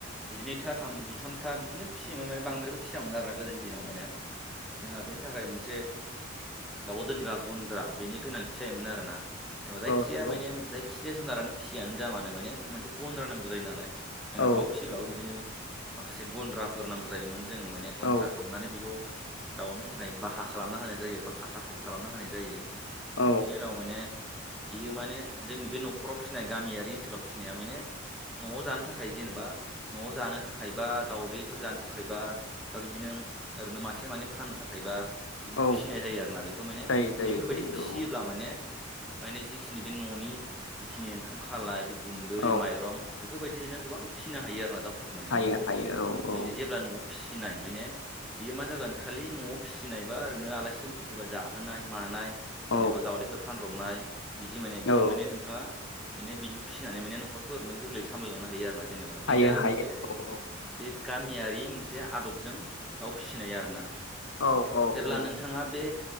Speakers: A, in the centre; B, on the left.
A: जिनैथा थाम जिथामथा बिदिनो फियोमोन माने बांद्रायबो फियामोन आरोना गोदोनि दिनाव माने। जोंहा बेनि थाखाय मोनसे दाउ दोनग्रा गन्द्रा बेनि गोनांथि जायोमोन आरोना। जेनेबा जायखि
B: औ
A: जाया
B: नंगौ।
A: माने जायखि जाया जुनारानो फिसियानो जा मानो माने मोनसे गन्द्रा नांगौ जायो नालाय। जोंहा
B: औ
A: दाउ फियोब्लाबो बिदिनो माखासे गन्द्राफोर नांगौ जायोमोन। जोङो माने गन्न्द्रा
B: औ
A: खालामामनानै बेखौ दाउनो थाखाय बाहा खालामना होनाय जायो बा खाथाख' खालामना होनाय जायो।
B: औ
A: बिनि उनाव माने बियो माने जोंनि बे न'खराव फिनाय गामियारि ओनसोलाव फिनाया माने न'आव जानो थाखाय जेनेबा न'आव जानो थाखाय बा दावदैफोर जानो थाखायबा बा बिदिनो ओरैनो मासे मानै फाननो थाखाय बा बिदि
B: औ
A: फिनाय जायो आरोना। बेखौ माने
B: जायो जायो
A: बेफोर
B: जायो
A: बायदि फियोब्ला माने माने जिखिनि बे न'नि जिखिनि ओंखाम खालाय बे गुन्दै,
B: औ
A: माइरं बेफोर बायदिजोंनो गोबां फिनो हायो आरोना दाउफोरखौ माने
B: हायो
A: न'आव
B: हायो औ
A: माने जेब्ला न'आव फिसिनाय माने बेयो मा जागोन खालि न'आव फिसिनायबा ओरैनो आलासि दुमसि फैबा जाहोनाय मानाय जेनेबा
B: औ
A: दाउदैफोर फानब्रबनाय बिदि माने बेखौ
B: औ
A: माने नोंथाङा माने बिदि फिनानै माने न'खरखौ ओरैनो गोरलै सामलायलांनो हायो आरोना जेनेबा। बे
B: हायो
A: जाहैबाय
B: हायो
A: मोनसे
B: औ
A: बे गामियारि मोनसे आदब जों दाउ फिसिनाय आरोना।
B: औ औ
A: जेब्ला
B: औ
A: नोंथाङा बे